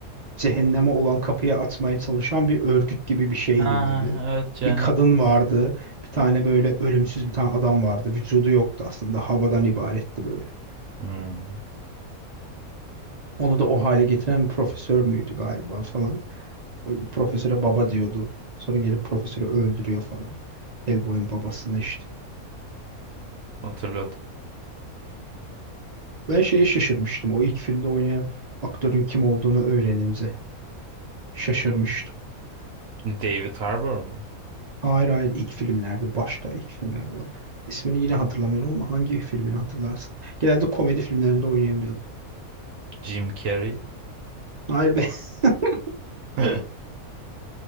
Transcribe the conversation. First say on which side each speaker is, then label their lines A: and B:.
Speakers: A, on the right; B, on the right.
A: cehenneme olan kapıya atmaya çalışan bir örgüt gibi bir şeydi
B: Ha
A: böyle.
B: evet Cehennem
A: Bir kadın
B: Kapısı.
A: vardı. Bir tane böyle ölümsüz bir tane adam vardı. Vücudu yoktu aslında. Havadan ibaretti böyle.
B: Hmm,
A: Onu da o hale getiren bir profesör müydü galiba falan. O profesöre baba diyordu. Sonra gelip profesörü öldürüyor falan. Hellboy'un babasını işte.
B: hatırladım.
A: Ben şeye şaşırmıştım. O ilk filmde oynayan aktörün kim olduğunu öğrenince şaşırmıştım.
B: David Harbour mu?
A: Hayır hayır ilk filmlerde başta ilk filmlerde olan. İsmini yine hatırlamıyorum ama hangi filmini hatırlarsın? Genelde komedi filmlerinde oynayan bir adam.
B: Jim Carrey.
A: Hayır be. <laughs>
B: <laughs>